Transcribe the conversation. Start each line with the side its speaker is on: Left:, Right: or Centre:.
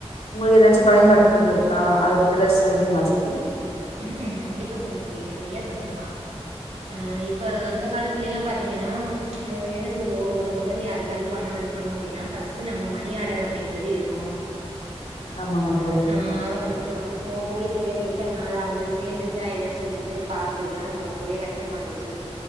Left: உங்களுக்கு ஏதாச்சும் பயன்படுத்துது இருக்கா அதை பத்தி ஏதாச்சும் சொல்றீங்களா தோழி
Right: ம் கண்டிப்பா சொல்லலாம் தோழி நிறைய சொல்லலாம் ஆ இப்ப அந்த காலத்துல எல்லாம் பாத்தீங்கன்னா ஆ என்ன சொல்லுவோம் முத முதல்ல யாருக்காவது பணம் அனுப்பணும் அப்படின்னா பஸ்ட் நம்ம மணி ஆர்டர் அப்படிங்கறது இருக்குனும்
Left: ஆமாங்க தோழி
Right: ஆ அவங்கள்க்கு நம்ப அனுப்புவோ போய்ஸ் சேர எத்தன் நா நாளாகுது சேந்துச்சா என்னன் சொல்லீட்டு பாக்றதுல்லா நமக்கு ரொம்பவே கஷ்டமா இருந்துச்சு